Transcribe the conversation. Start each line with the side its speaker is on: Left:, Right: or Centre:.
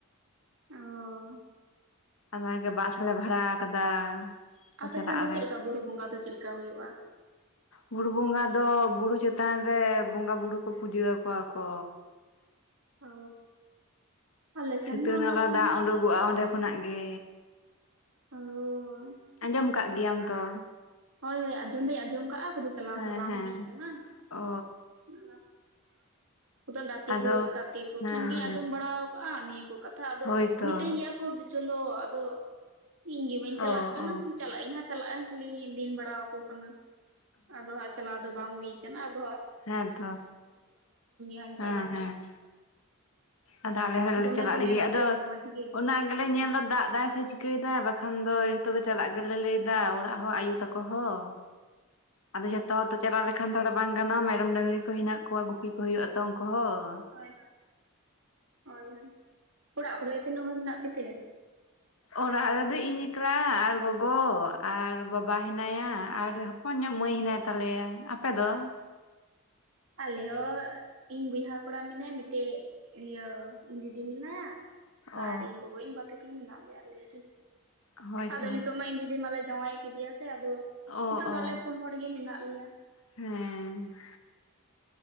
Right: ᱚᱻ
Left: ᱚᱱᱟ ᱜᱮ ᱵᱟᱥ ᱞᱮ ᱵᱷᱟᱲᱟ ᱟᱠᱟᱫᱟ
Right: ᱟᱯᱮ
Left: ᱪᱟᱞᱟᱜ
Right: ᱥᱮᱱ ᱫᱚ
Left: ᱟᱞᱮ
Right: ᱪᱮᱫ ᱞᱮᱠᱟ ᱵᱩᱨᱩ ᱵᱚᱸᱜᱟ ᱫᱚ ᱪᱮᱫ ᱞᱮᱠᱟ ᱦᱩᱭᱩᱜᱼᱟ
Left: ᱵᱩᱨᱩ ᱵᱚᱸᱜᱟ ᱫᱚ ᱵᱩᱨᱩ ᱪᱮᱛᱟᱱ ᱨᱮ ᱵᱚᱸᱜᱟ ᱵᱩᱨᱩ ᱠᱚ ᱯᱩᱡᱟᱹ ᱟᱠᱚᱣᱟ ᱠᱚ
Right: ᱚ ᱟᱞᱮ ᱥᱮᱱ
Left: ᱥᱤᱛᱟᱹ
Right: ᱢᱟ ᱚᱱᱟ
Left: ᱱᱟᱞᱟ
Right: ᱠᱚᱢᱟ
Left: ᱫᱟᱜ ᱩᱰᱩᱠ ᱩᱠᱚᱜᱼᱟ ᱚᱸᱰᱮ ᱠᱷᱚᱱᱟᱜ ᱜᱮ
Right: ᱚ ᱟᱪᱪᱷᱟ
Left: ᱟᱸᱡᱚᱢ ᱠᱟᱜ ᱜᱮᱭᱟᱢ ᱛᱚ
Right: ᱦᱳᱭ ᱦᱳᱭ ᱟᱸᱡᱚᱢ ᱫᱚᱧ ᱟᱸᱡᱚᱢ ᱠᱟᱜᱼᱟ ᱠᱚᱫᱚ ᱪᱟᱞᱟᱣ
Left: ᱦᱮᱸ
Right: ᱫᱚ ᱵᱟᱝ
Left: ᱦᱮᱸ
Right: ᱦᱩᱭ ᱠᱟᱱᱟ
Left: ᱚ
Right: ᱜᱟᱛᱮ
Left: ᱟᱫᱚ
Right: ᱠᱩ ᱜᱟᱛᱮ ᱠᱚ
Left: ᱦᱮᱸ
Right: ᱴᱷᱮᱱ ᱜᱤᱧ
Left: ᱦᱮᱸ
Right: ᱟᱸᱡᱚᱢ ᱵᱟᱲᱟ ᱠᱟᱜᱼᱟ ᱱᱤᱭᱟᱹ ᱠᱚ ᱠᱟᱛᱷᱟ ᱟᱫᱚ
Left: ᱦᱳᱭᱛᱚ
Right: ᱢᱤᱛᱟᱹᱧ ᱜᱮᱭᱟ ᱠᱚ ᱪᱚᱞᱚ ᱟᱫᱚ ᱤᱧ ᱜᱮ ᱵᱟᱹᱧ ᱪᱟᱞᱟᱜ
Left: ᱚ
Right: ᱠᱟᱱᱟ
Left: ᱚ
Right: ᱪᱟᱞᱟᱜ ᱟᱹᱧ ᱦᱟᱸᱜ ᱪᱟᱞᱟᱜ ᱟᱹᱧ ᱠᱷᱟᱞᱤᱧ ᱫᱤᱱ ᱵᱟᱲᱟ ᱟᱠᱚ ᱠᱟᱱᱟ ᱟᱫᱚ ᱦᱟᱸᱜ ᱪᱟᱞᱟᱣ ᱫᱚ ᱵᱟᱝ ᱦᱩᱭ ᱠᱟᱱᱟ ᱟᱫᱚ ᱦᱟᱜ
Left: ᱦᱮᱸ ᱛᱚ
Right: ᱦᱟᱸᱜ ᱤᱧ
Left: ᱦᱮᱸ
Right: ᱪᱟᱞᱟᱜᱼᱟ
Left: ᱦᱮᱸ ᱟᱫᱚ ᱟᱞᱮ ᱦᱚᱞᱮ
Right: ᱫᱚᱢᱮ
Left: ᱪᱟᱞᱟᱜ
Right: ᱠᱚ
Left: ᱞᱟᱹᱜᱤᱫ
Right: ᱢᱮᱱᱟ
Left: ᱟᱫᱚ
Right: ᱛᱚ ᱢᱚᱸᱡᱽ ᱜᱮ
Left: ᱚᱱᱟ ᱜᱮᱞᱮ
Right: ᱦᱩᱸ
Left: ᱧᱮᱞ ᱮᱫᱟ ᱫᱟᱜ ᱮᱫᱟᱭ ᱥᱮ ᱪᱤᱠᱟᱹᱭᱮᱫᱟ ᱵᱟᱠᱷᱟᱱ ᱫᱚ ᱡᱚᱛᱚᱜ ᱜᱮ ᱪᱟᱞᱟᱜ ᱜᱮᱞᱮ ᱞᱟᱹᱭ ᱮᱫᱟ ᱚᱲᱟᱜ ᱦᱚᱸ ᱟᱭᱩ ᱛᱟᱠᱚ ᱦᱚᱸ ᱟᱫᱚ ᱡᱷᱚᱛᱚ
Right: ᱚ
Left: ᱦᱚᱲ ᱫᱚ ᱪᱟᱞᱟᱣ ᱞᱮᱠᱷᱟᱱ ᱛᱷᱚᱲᱟ ᱵᱟᱝ ᱜᱟᱱᱚᱜ ᱢᱮᱨᱚᱢ ᱰᱟᱹᱟᱝᱨᱤ ᱠᱚ ᱦᱮᱱᱟᱜ ᱠᱚᱣᱟ ᱜᱩᱯᱤ ᱠᱚ ᱦᱩᱭᱩᱜᱼᱟ ᱛᱚ ᱩᱱᱠᱩ ᱦᱚᱸ
Right: ᱦᱳᱭ ᱦᱳᱭ ᱦᱳᱭ ᱚᱲᱟᱜ ᱠᱚᱨᱮ ᱛᱤᱱᱟᱹᱜ ᱦᱚᱲ ᱢᱮᱱᱟᱜ ᱯᱮ ᱛᱮ
Left: ᱚᱲᱟᱜ ᱨᱮ ᱫᱚ ᱤᱧ ᱮᱠᱞᱟ ᱟᱨ ᱜᱚᱜᱚ ᱟᱨ ᱵᱟᱵᱟ ᱦᱮᱱᱟᱭᱟ ᱟᱨ ᱦᱚᱯᱚᱱ ᱧᱚᱜ ᱢᱟᱹᱭ ᱦᱮᱱᱟᱭ ᱛᱟᱞᱮᱭᱟ ᱟᱯᱮ ᱫᱚ
Right: ᱟᱞᱮ ᱦᱚᱸ ᱤᱧ ᱵᱚᱭᱦᱟ ᱠᱚᱲᱟ ᱢᱮᱱᱟᱭᱟ ᱢᱤᱫᱴᱮᱱ ᱤᱭᱟᱹ ᱤᱧ ᱫᱤᱫᱤ ᱢᱮᱱᱟᱭᱟ
Left: ᱚ
Right: ᱟᱨ ᱤᱧ ᱜᱚᱜᱚ ᱤᱧ ᱵᱟᱵᱟ ᱛᱟᱹᱠᱤᱱ ᱢᱮᱱᱟᱜ ᱞᱮᱭᱟ ᱟᱞᱮ ᱜᱮ
Left: ᱦᱳᱭᱛᱚ
Right: ᱟᱫᱚ ᱱᱤᱛᱳᱜ ᱢᱟ ᱤᱧ ᱫᱤᱫᱤ ᱢᱟᱞᱮ ᱡᱟᱶᱟᱭ ᱠᱮᱫᱮᱭᱟ ᱥᱮ ᱟᱫᱚ
Left: ᱚ
Right: ᱱᱤᱛᱳᱜ ᱫᱚ
Left: ᱚ
Right: ᱟᱞᱮ ᱯᱩᱱ ᱦᱚᱲ ᱜᱮ ᱢᱮᱱᱟᱜ ᱞᱮᱭᱟ
Left: ᱦᱮᱸ